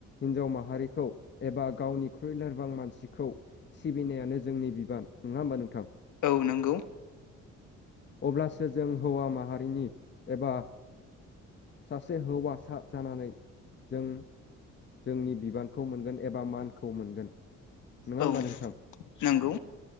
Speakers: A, on the left; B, on the left.
A: हिनजाव माहारिखौ एबा गावनिख्रुइ लोरबां मानसिखौ सिबिनायानो जोंनि बिबान नङा होमबा नोंथां
B: औ नोंगौ
A: अब्लासो जों हौवा माहारिनि एबा सासे हौवासा जानानै जों जोंनि बिबानखौ मोनगोन एबा मानखौ मोनगोन। नङा
B: औ
A: होमबा नोंथां
B: नंगौ